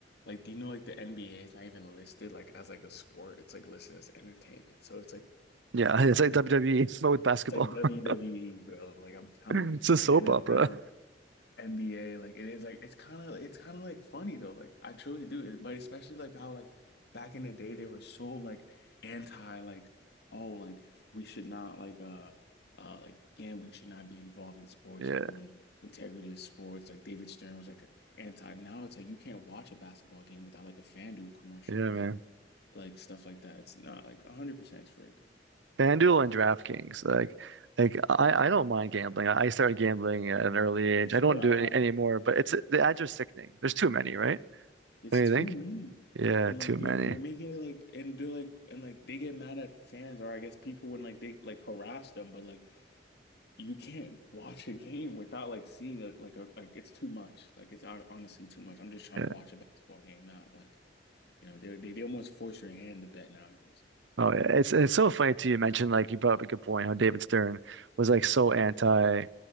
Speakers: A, on the left (about 65°); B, on the right (about 85°).
A: like, do you know like the NBA is not even listed like as like a sport? It's like listed as entertainment. So it's like
B: Yeah, <laughs> it's like WWE but with basketball.
A: it's like WWE,
B: <laughs>
A: bro. Like I'm telling
B: It's
A: you,
B: a
A: like
B: soap
A: NFL,
B: opera.
A: NBA. Like it is like it's kind of it's kind of like funny though. Like I truly do. But especially like how like back in the day they were so like anti like oh like we should not like uh uh like gambling should not be involved in sports
B: Yeah,
A: or ruin the integrity of sports. Like David Stern was like a anti. Now it's like you can't watch a basketball game without like a FanDuel commercial
B: yeah,
A: or
B: man.
A: like like stuff like that. It's not like 100% it's rigged.
B: FanDuel and DraftKings, like. Like I, I don't mind gambling. I I started gambling at an early age.
A: For sure.
B: I don't do
A: I,
B: it
A: I
B: any, anymore, but it's the ads are sickening. There's too many, right?
A: It's
B: Don't
A: too
B: you think?
A: many.
B: Yeah,
A: And like
B: too
A: they're
B: many.
A: they're making it like and they're like and like they get mad at fans or I guess people when like they like harass them, but like you can't watch a game without like seeing a, like a like it's too much. Like it's hon- honestly too much. I'm just trying
B: Yeah.
A: to watch a basketball game not Like, you know, they they they almost force your hand to bet nowadays.
B: Oh yeah. It's it's so funny too. You mentioned like you brought up a good point how David Stern was like so anti